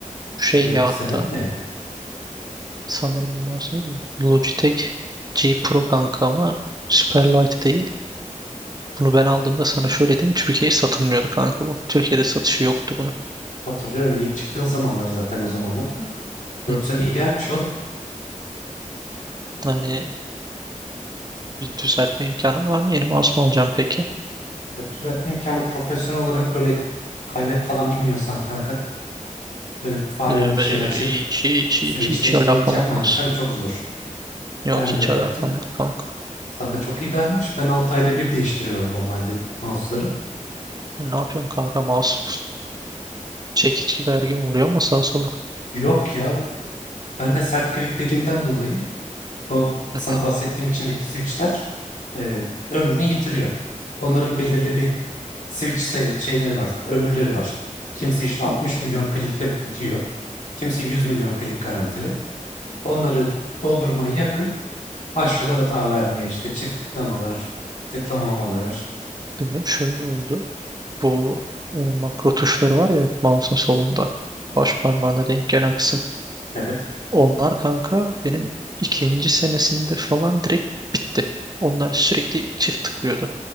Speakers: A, on the right; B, on the left.
A: Şey
B: Dört
A: ya
B: sene
A: hatta
B: mi?
A: sanırım bu mouse neydi? Logitech G Pro kanka ama Superlight değil. Bunu ben aldığımda sana şöyle diyeyim. Türkiye'ye satılmıyordu kanka bu. Türkiye'de satışı yoktu bunun.
B: Hatırlıyorum ilk çıktığı zamanlar zaten o zamanlar da. dört
A: Hı
B: sene
A: hı.
B: idealmiş oğlum.
A: Yani düzeltme imkanım var mı? Yeni mouse mu alacağım peki?
B: Ya düzeltme imkanı profesyonel olarak böyle kaynak falan bilmiyorsan kanka böyle farenin
A: Ya,
B: içini
A: ben-
B: açıp
A: hiç, hiç,
B: switch
A: hiç, hiç
B: değiştirme
A: alakam
B: hiç yapmadıysan
A: olmaz.
B: çok zor.
A: Yok
B: Ben
A: hiç
B: de öyle
A: alakam
B: yaptım.
A: yok kanka.
B: Sana çok iyi dayanmış. Ben 6 ayda bir değiştiriyorum normalde mouse'ları.
A: E, Ne yapıyorsun kanka? Mouse <laughs> çekiç gibi her gün vuruyor mu sağa sola?
B: <laughs> Yok ya. Ben de sert kliklediğimden dolayı o sana
A: Hı hı,
B: bahsettiğim içindeki switchler e, ömrünü yitiriyor. Onların belirli bir switch say- şeyleri var, ömürleri var. Kimisi işte 60
A: Anladım.
B: milyon klikte bitiyor. Kimisi 100 milyon klik garantili. Onları doldurmaya yakın başlıyorlar hata vermeye işte çift tıklamalar, tıklamamalar.
A: Benim şöyle oldu. Bu e, makro tuşları var ya mouse'un solunda. Baş parmağına denk gelen kısım.
B: Evet.
A: Onlar kanka benim ikinci senesinde falan direkt bitti. Onlar sürekli çift tıklıyordu.